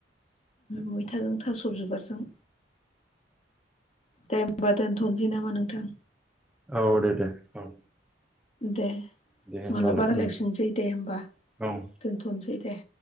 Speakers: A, on the left; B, in the centre.
A: मैथाजों थास' बिबारजों दे होनोमबा दोनथ'नोसै नामा नोंथां।
B: औ दे दे औ।
A: दे
B: दे होमबालाय
A: मालाबा रायलायफिनसै
B: उम
A: दे होमबा
B: औ
A: दोनथ'नोसै दे।